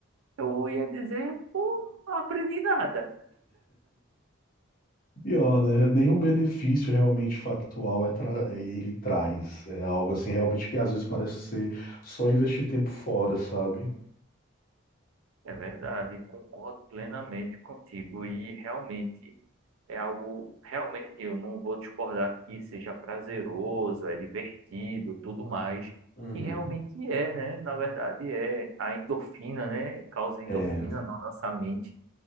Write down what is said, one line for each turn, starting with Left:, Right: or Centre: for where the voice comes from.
Right: Eu ia dizer, pô, não aprendi nada.
Left: E ó, né? Nenhum benefício realmente factual é tra- é- ele traz. É algo assim realmente que às vezes parece ser só investir tempo fora, sabe?
Right: É verdade, concordo plenamente contigo. E realmente. É algo realmente, eu não vou discordar que seja prazeroso, é divertido, tudo mais,
Left: Uhum.
Right: que realmente é, né? Na verdade é a endorfina, né? Causa
Left: É,
Right: endorfina na nossa mente,